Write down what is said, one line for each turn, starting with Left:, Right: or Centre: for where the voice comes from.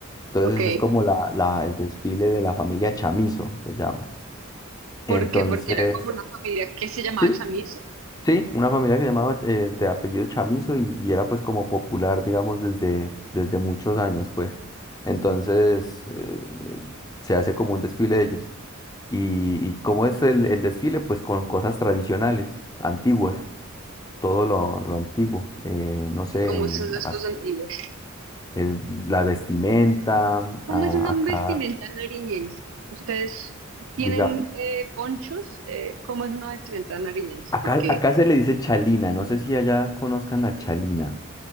Left: Entonces
Right: ok.
Left: es como la, la, el desfile de la familia Chamizo, se llama.
Right: ¿Por
Left: Entonces,
Right: qué? Porque era como una familia que se llamaba
Left: sí,
Right: Chamizo
Left: sí, una familia que llamaba eh, de apellido Chamizo y, y era pues como popular, digamos, desde, desde muchos años, pues. Entonces, eh, se hace como un desfile de ellos. Y, y cómo es el, el desfile, pues con cosas tradicionales, antiguas, todo lo, lo antiguo. eh, no sé,
Right: y como
Left: en
Right: son las
Left: as-
Right: cosas antiguas.
Left: el- la vestimenta,
Right: ¿Cómo
Left: a-
Right: es una
Left: acá,
Right: vestimenta nariñense? ¿Ustedes tienen
Left: diga,
Right: eh, ponchos? Eh, ¿cómo es una vestimenta nariñense?
Left: acá,
Right: Porque
Left: acá se le dice chalina, no sé si allá conozcan la chalina,